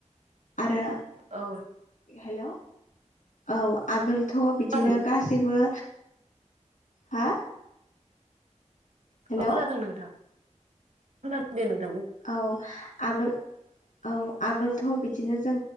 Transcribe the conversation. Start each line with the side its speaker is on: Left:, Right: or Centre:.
Left: आरो
Right: औ
Left: हेल' औ आगोलथ' बिदिनो
Right: औ
Left: गासैबो हा हेलौ
Right: अ खोनादों नोंथां खोनादों दे नोंथ
Left: औ आगोल औ आगोलथ' बिदिनो जों